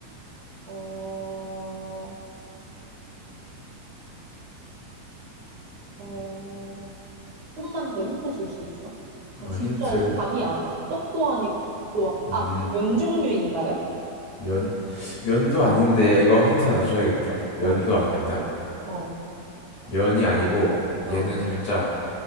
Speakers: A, on the right (about 55°); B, on the left (about 50°).
A: 어, 어, 좀만 더 힌트 줄 수 있어? 어,
B: 어,
A: 진짜
B: 힌트,
A: 감이 안 와. 떡도 아니고, 떡도
B: 음,
A: 안, 아, 면 종류인가요?
B: 면, 면도 아닌데 이거 힌트 하나 줘야겠다. 면도
A: 어,
B: 아니야, 일단.
A: 어.
B: 면이 아니고
A: 어.
B: 얘는 살짝